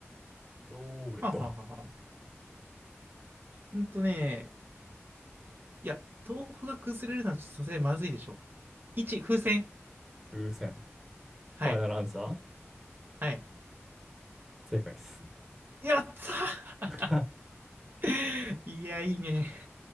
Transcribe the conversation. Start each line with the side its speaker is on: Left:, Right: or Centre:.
Centre: どれだ
Right: はあ、はあはあはあ、うんとね、いや、豆腐が崩れるのはちょっとさすがにまずいでしょ。1、風船。
Centre: 風船。
Right: はい。
Centre: ファイナルアンサ
Right: はい。
Centre: ー正解です。
Right: やっ
Centre: <laughs>
Right: たー <laughs> いや、いいね。